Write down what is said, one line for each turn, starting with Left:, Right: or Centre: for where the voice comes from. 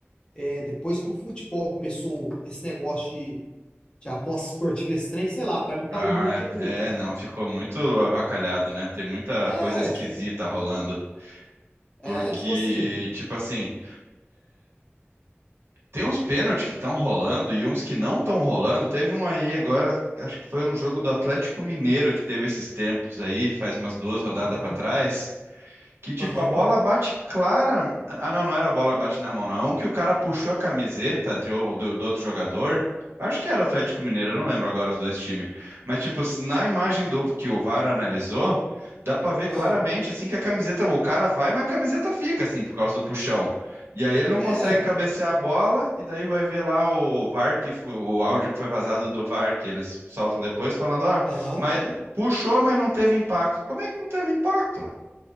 Left: É, depois que o futebol começou esse negócio de, de aposta esportiva, esse trem, sei lá, pra mim caiu
Right: Ah,
Left: muito.
Right: é, é, não, ficou muito avacalhado, né? Tem muita
Left: É,
Right: coisa esquisita
Left: tipo,
Right: rolando.
Left: é,
Right: Porque,
Left: tipo assim.
Right: tipo assim, Tem uns pênaltis que estão rolando e uns que não estão rolando. Teve um aí agora, acho que foi um jogo do Atlético Mineiro que teve esses tempos aí, faz umas duas rodadas
Left: Aham,
Right: para trás, que tipo,
Left: aham,
Right: a bola bate clara. Ah, não, não era a bola que bate na mão, não. É um que o cara puxou a camiseta de um- do, do outro jogador. Acho que era Atlético Mineiro, eu não lembro agora os dois times. Mas, tipo, se- na imagem do que o VAR analisou, dá pra ver
Left: aham,
Right: claramente assim que a camiseta, o cara vai, mas a camiseta fica, assim, por causa do puxão. E aí ele não
Left: é,
Right: consegue cabecear a bola, e daí vai ver lá o VAR, que foi, o áudio que foi vazado do VAR, que eles soltam depois, falando, ah,
Left: aham,
Right: mas puxou, mas não teve impacto. Como é que não teve impacto, o